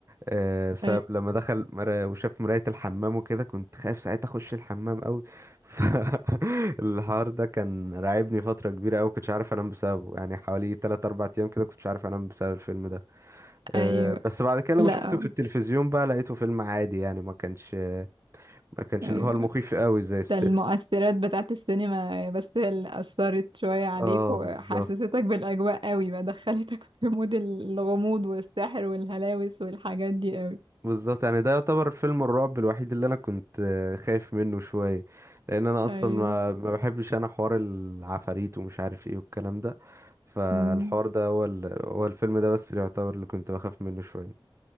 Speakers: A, on the right; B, on the right.
A: آه، بسبب
B: أي-
A: لما دخل مرا- وشاف مراية الحمام وكده كنت خايف ساعتها اخش الحمام قوي <laughs> فالحوار ده كان راعبني فترة كبيرة قوي كنتش عارف انام بسببه يعني حوالي 3 4 ايام كده كنتش عارف انام بسبب الفيلم ده
B: ايوه
A: آه، بس بعد كده لما
B: لا
A: شفته في التلفزيون بقى لقيته فيلم عادي يعني ما كانش ما كانش
B: ايوه
A: اللي هو المخيف قوي زي السينما
B: ده المؤثرات بتاعت السينما بس هي اللي أثرت شوية عليك
A: اه
B: وحسستك
A: بالظبط
B: بالأجواء قوي بقى دخلتك <laughs> في مود الغموض والسحر والهلاوس والحاجات دي قوي
A: بالظبط يعني ده يعتبر فيلم الرعب الوحيد اللي انا كنت آه، خايف منه شويه لان انا
B: أيوه
A: اصلا ما ما بحبش انا حوار العفاريت ومش عارف ايه والكلام ده فالحوار
B: أمم.
A: ده هو ال... هو الفيلم ده بس اللي يعتبر اللي كنت بخاف منه شويه